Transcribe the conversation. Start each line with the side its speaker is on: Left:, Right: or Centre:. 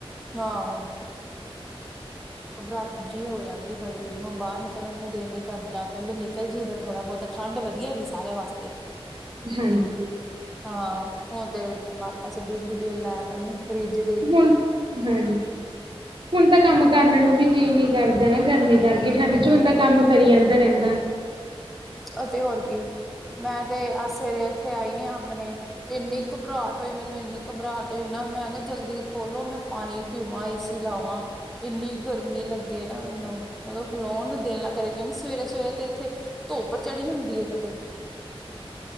Centre: ਹਾਂ, ਹਾਂ। ਘਬਰਾਹਟ ਜੀ ਹੋ ਜਾਂਦੀ ਬੜੀ, ਹੁਣ ਬਾਹਰ ਨਿਕਲਣ ਨੂੰ ਦਿਲ ਨੀ ਕਰਦਾ, ਪਹਿਲੇ ਨਿਕਲ ਜਿਦਾ ਥੋੜਾ ਬਹੁਤਾ ਠੰਡ ਵਧੀਆ ਹੈਗੀ, ਸਾਰਿਆਂ ਵਾਸਤੇ।
Right: ਹਾਂਜੀ।
Centre: ਹਾਂ, ਹੁਣ ਤੇ, ਹਰ ਪਾਸੇ ਬਿਲ ਈ ਬਿੱਲ ਆਇਆ ਕਰਨੇ, ਫਰਿਜ
Right: ਹੁਣ, ਹਾਂਜੀ, ਹੁਣ ਤਾਂ ਕੰਮ ਕਰਨ ਨੂੰ ਵੀ ਜੀ ਨਹੀਂ ਕਰਦਾ ਨਾ ਗਰਮੀ ਕਰਕੇ,
Centre: ਹਮ
Right: ਠੰਡ 'ਚ ਬੰਦਾ
Centre: ਨਹੀਂ
Right: ਕੰਮ ਕਰੀ ਜਾਂਦਾ ਰਹਿੰਦਾ।
Centre: ਅਤੇ ਹੋਰ ਕੀ, ਮੈਂ ਤੇ 'ਅ ਸਵੇਰੇ ਇੱਥੇ ਆਈ ਹਾਂ ਆਪਣੇ ਤੇ ਇੰਨੀ ਘਬਰਾਹਟ ਹੋਈ ਮੈਨੂੰ, ਇੰਨੀ ਘਬਰਾਹਟ ਹੋਈ ਨਾ, ਮੈਂ ਕਿਹਾ ਜਲਦੀ ਖੋਲੋ, ਮੈਂ ਪਾਣੀ ਪੀਵਾਂ, ਏਸੀ ਲਾਵਾਂ, ਇੰਨੀ ਗਰਮੀ ਲੱਗੇ ਨਾ ਮੈਨੂੰ ਮੈਂ ਕਿਹਾ ਖਲੋਣ ਨੂੰ ਦਿਲ ਨਾ ਕਰੇ, ਕਿਉਂਕਿ ਸਵੇਰੇ-ਸਵੇਰੇ ਤੇ ਇੱਥੇ, ਧੁਪ ਚੜੀ ਹੁੰਦੀ ਹੈ ਇੱਕ ਤੇ।